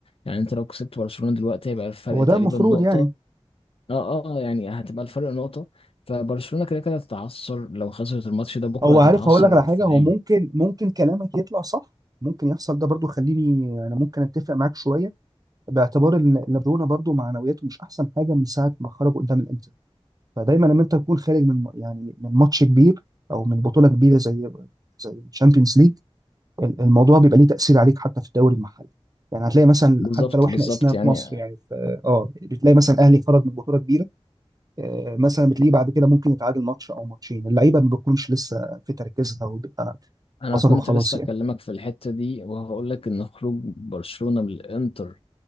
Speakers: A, on the left; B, on the right.
A: يعني انت لو كسبت برشلونة دلوقتي هيبقى الفرق
B: هو ده
A: تقريبا
B: المفروض
A: نقطة
B: يعني
A: اه اه يعني هتبقى الفرق نقطة فبرشلونة كده كده هتتعثر لو خسرت الماتش ده بكرة
B: هو
A: هتتعثر
B: عارف هقول لك على حاجة
A: في العين
B: هو ممكن ممكن كلامك يطلع صح ممكن يحصل ده برضو خليني انا ممكن اتفق معاك شوية باعتبار ان إن برشلونة برضو معنوياته مش احسن حاجة من ساعة ما خرجوا قدام الانتر فدايما لما انت تكون خارج من يعني من ماتش كبير او من بطوله كبيره زي زي الشامبيونز ليج الموضوع بيبقى ليه تاثير عليك حتى في الدوري المحلي يعني هتلاقي مثلا
A: بالظبط
B: حتى لو احنا
A: بالظبط
B: قسناها في
A: يعني
B: مصر يعني في اه بتلاقي مثلا اهلي خرج من بطوله كبيره آه مثلا بتلاقيه بعد كده ممكن يتعادل ماتش او ماتشين اللعيبه ما بتكونش لسه في تركيزها وبيبقى
A: انا
B: حصلوا
A: كنت
B: خلاص
A: لسه
B: يعني
A: اكلمك في الحتة دي وهقول لك ان خروج برشلونة من الانتر